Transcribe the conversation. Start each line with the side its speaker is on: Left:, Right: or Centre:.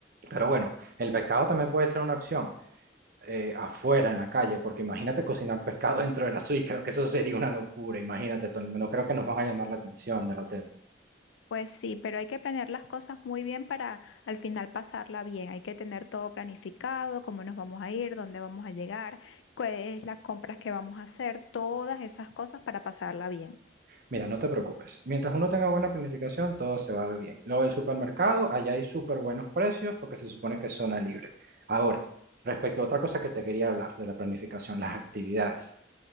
Right: Pero bueno, el pescado también puede ser una opción eh, afuera, en la calle, porque imagínate cocinar pescado <laughs> dentro de la suite, creo que eso sería una locura, imagínate, Tony, no creo que nos van a llamar la atención del hotel.
Left: Pues sí, pero hay que planear las cosas muy bien para al final pasarla bien. Hay que tener todo planificado, cómo nos vamos a ir, dónde vamos a llegar, cuáles las compras que vamos a hacer, todas esas cosas para pasarla bien.
Right: Mira, no te preocupes. Mientras uno tenga buena planificación, todo se va a ver bien. Luego del supermercado, allá hay súper buenos precios porque se supone que es zona libre. Ahora, respecto a otra cosa que te quería hablar de la planificación, las actividades.